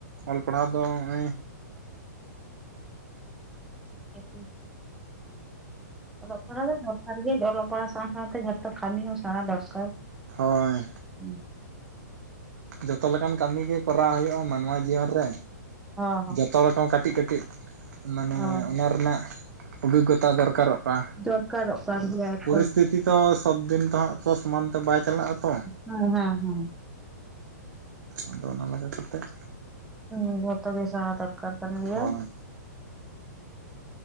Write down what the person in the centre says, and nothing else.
ᱟᱪᱪᱷᱟ ᱚᱞᱚᱜ ᱯᱟᱲᱦᱟᱜ ᱫᱚᱨᱠᱟᱨ ᱜᱮ ᱚᱞᱚᱜ ᱯᱟᱲᱦᱟᱜ ᱥᱟᱶ ᱥᱟᱶᱶᱛᱮ ᱡᱷᱚᱛᱚ ᱠᱟᱹᱢᱤ ᱦᱚᱸ ᱥᱮᱬᱟ ᱫᱚᱨᱠᱟᱨ
ᱦᱚᱸ
ᱦᱚᱸ ᱦᱚᱸ
ᱦᱚᱸ
ᱫᱚᱨᱠᱟᱨᱚᱜ ᱠᱟᱱ ᱜᱮᱭᱟ
ᱛᱚ
ᱦᱮᱣᱯᱧᱸ ᱦᱮᱸ ᱦᱮᱸ
ᱦᱮᱸ ᱵ ᱛ ᱜᱮ ᱥᱟ ᱫᱚᱨᱠᱟᱨ ᱠᱟᱱᱟ ᱜᱮᱭᱟ
<unintelligible>